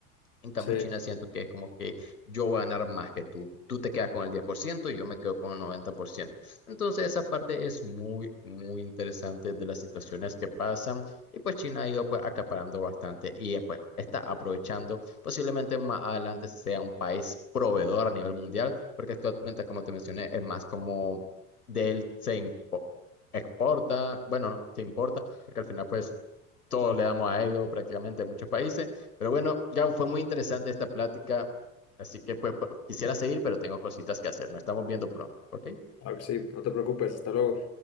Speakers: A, on the left; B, on the left.
A: En cambio,
B: sí,
A: China siento que es como que yo voy a ganar más que tú. Tú te quedas con el 10% y yo me quedo con el 90%. Entonces, esa parte es muy, muy interesante de las situaciones que pasan. Y pues China ha ido pues acaparando bastante y eh, pues está aprovechando. Posiblemente más adelante sea un país proveedor a nivel mundial, porque actualmente, como te mencioné, es más como de él se impo- exporta, bueno, no, se importa, porque al final pues todos le damos a ello prácticamente en muchos países. Pero bueno, ya fue muy interesante esta plática, así que pues por- quisiera seguir, pero tengo cositas que hacer. Nos estamos viendo pronto, ¿ok?
B: claro que sí, no te preocupes, hasta luego.